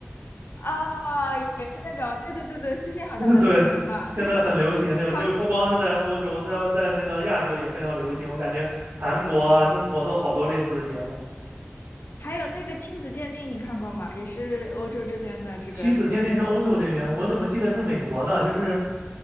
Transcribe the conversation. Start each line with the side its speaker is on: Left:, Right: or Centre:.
Left: 啊、也是那种，对对对对，最近好像很流行嘛，
Right: <laughs> 对，现在很流行这个，
Left: 就是。他们。
Right: 就是不光是在欧洲，在在那个亚洲也非常流行。我感觉韩国啊、中国都好多类似的节目。
Left: 还有那个亲子鉴定，你看过吗？也是欧洲这边的这个综艺节目，
Right: 亲子鉴定是欧洲这边，我怎么记得是美国的？就是